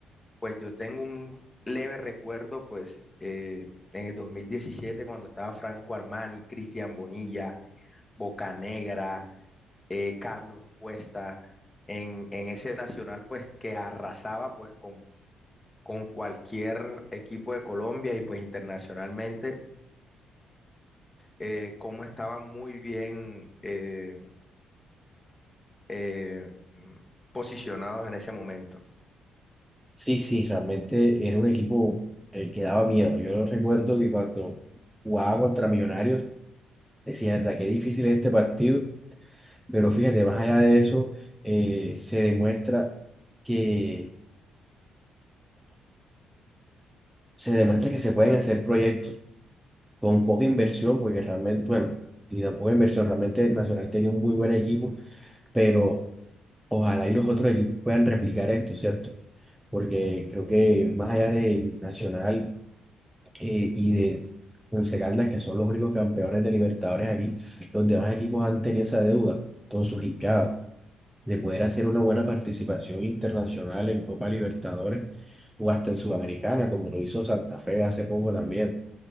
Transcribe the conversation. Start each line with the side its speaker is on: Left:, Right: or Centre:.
Left: Pues yo tengo un leve recuerdo, pues, eh, en el 2017, cuando estaba Franco Armani, Cristian Bonilla, Bocanegra, eh, Carlos Cuesta, en, en ese Nacional, pues, que arrasaba, pues, con, con cualquier equipo de Colombia y, pues, internacionalmente, eh, cómo estaban muy bien eh, eh, posicionados en ese momento.
Centre: Sí, sí, realmente era un equipo eh, que daba miedo. Yo no recuerdo que cuando jugaba contra Millonarios, decía, verdad, qué difícil es este partido. Pero fíjate, más allá de eso, eh, se demuestra que se demuestra que se pueden hacer proyectos con poca inversión, porque realmente, bueno, y tampoco inversión, realmente el Nacional tenía un muy buen equipo, pero Ojalá y los otros equipos puedan replicar esto, ¿cierto? Porque creo que más allá de Nacional eh, y de Once Caldas, que son los únicos campeones de Libertadores aquí, los demás equipos han tenido esa deuda con sus hincadas de poder hacer una buena participación internacional en Copa Libertadores o hasta en Sudamericana, como lo hizo Santa Fe hace poco también.